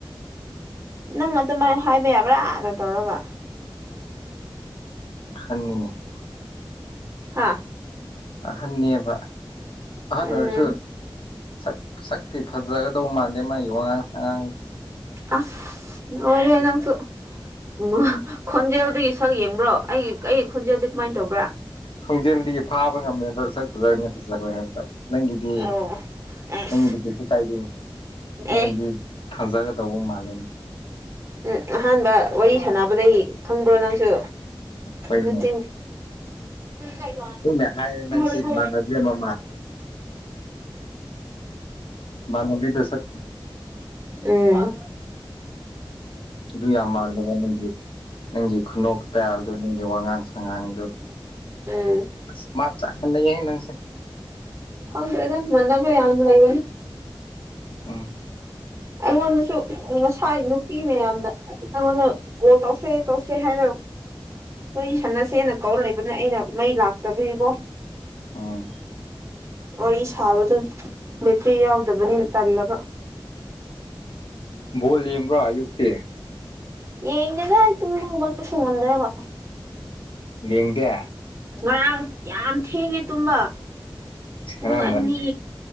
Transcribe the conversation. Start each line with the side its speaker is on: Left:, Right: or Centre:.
Right: ꯅꯪ ꯑꯗꯨꯃꯥꯏꯅ ꯍꯥꯏꯕ ꯌꯥꯕ꯭ꯔꯥꯅ ꯇꯧꯔꯒ
Left: ꯁ ꯁꯟꯅꯤꯅꯦ
Right: ꯍꯥꯥ
Left: ꯑꯍꯟꯅꯦꯕ ꯑꯍꯟ
Right: ꯎꯝ
Left: ꯑꯣꯏꯔꯁꯨ ꯁꯛ ꯁꯛꯇꯤ ꯐꯖꯒꯗꯧ ꯃꯥꯟꯗꯦ ꯃꯥꯒꯤ ꯋꯥꯉꯥꯡ ꯁꯉꯥꯡꯒ
Right: ꯑ ꯑꯣꯏꯔ ꯅꯪꯁꯨ ꯎ ꯈꯣꯟꯖꯦꯜꯒꯤ ꯁꯛ ꯌꯦꯡꯕ꯭ꯔꯣ ꯑꯩꯒꯤ ꯑꯩꯒꯤ ꯈꯣꯟꯖꯦꯜꯗꯨ ꯀꯃꯥꯏꯅ ꯇꯧꯕ꯭ꯔꯥ
Left: ꯍꯣꯡꯖꯦꯜꯗꯒꯤ ꯐꯥꯕ ꯉꯝꯃꯦꯕ ꯁꯛ ꯐꯖꯔꯅꯦ ꯐꯖꯔꯣꯏ ꯍꯥꯏꯕꯗ ꯅꯪꯒꯤꯗꯤ
Right: ꯑꯧ ꯑꯁ
Left: ꯅꯪꯒꯤꯗꯤ ꯀꯩꯁꯨ ꯀꯥꯏꯗꯅꯤ
Right: ꯑꯦ
Left: ꯗꯤ ꯊꯥꯖꯒꯗꯧꯕ ꯃꯥꯜꯂꯅꯦ
Right: ꯎꯝ ꯑꯍꯥꯟꯕ ꯋꯥꯔꯤ ꯁꯥꯟꯅꯕꯗꯒꯤ ꯈꯪꯕ꯭ꯔꯣ ꯅꯪꯁꯨ
Left: ꯍꯣꯏꯅꯦ
Right: ꯅꯠꯇ ꯀꯅꯦ
Left: ꯑꯩꯅ ꯍꯥꯏꯔꯦ ꯅꯪꯁꯤ
Right: ꯔꯒꯣ
Left: ꯏꯃꯥꯟꯅꯕꯤ ꯑꯃ ꯃꯥꯃꯕꯤ ꯇ ꯁ
Right: ꯎꯝ
Left: ꯑꯗꯨ ꯌꯥꯝ ꯃꯥꯡꯂꯕ ꯅꯪꯒꯤ ꯅꯪꯒꯤ ꯈꯨꯅꯣꯛ ꯇꯌꯥꯗꯨ ꯅꯪꯒꯤ ꯋꯥꯉꯥꯡꯁ ꯑꯉꯥꯡꯗꯨꯣ
Right: ꯎꯝ
Left: ꯑꯁ ꯃꯥꯞ ꯆꯥ ꯍꯟꯅꯩꯌꯦ ꯅꯪꯁꯦ
Right: ꯍꯗ꯭ꯔꯗ ꯃꯅꯥꯕ ꯌꯥꯂ ꯏꯕꯅꯤ
Left: ꯑ
Right: ꯑꯩꯉꯣꯟꯗꯁꯨ ꯉꯁꯥꯏ ꯅꯨꯄꯤ ꯃꯌꯥꯝꯗ ꯑꯩꯉꯣꯟꯗ ꯑꯣ ꯇꯧꯁꯦ ꯇꯧꯁꯦ ꯍꯥꯏꯔ
Left: <unintelligible>
Right: ꯍꯣꯏ ꯁꯥꯟꯅꯁꯦꯅ ꯀꯧꯔ ꯂꯩꯕꯅꯦ ꯑꯩꯅ ꯃꯩ ꯂꯥꯛꯇꯕꯕꯣ
Left: ꯑꯣ
Right: ꯋꯥꯔꯤ ꯁꯥꯕꯗꯨ ꯕꯦꯇ꯭ꯔꯤ ꯌꯥꯎꯗꯕꯅꯤꯅ ꯇꯜꯂꯕ
Left: <inaudible> ꯕꯣꯜ ꯌꯦꯡꯕ꯭ꯔꯣ ꯑꯌꯨꯛꯛꯇꯦ
Right: ꯌꯦꯡꯒꯦꯗ ꯑꯩ ꯇꯨꯝꯗ ꯍꯧꯒꯠꯄ ꯁꯨꯡꯉꯝꯗ꯭ꯔꯕ
Left: ꯌꯦꯒ
Right: ꯉꯔꯥꯡ ꯌꯥꯝ ꯊꯦꯡꯉꯦ ꯇꯨꯝꯕ ꯄꯨꯡ
Left: ꯔꯒꯥꯟ
Right: ꯑꯅꯤ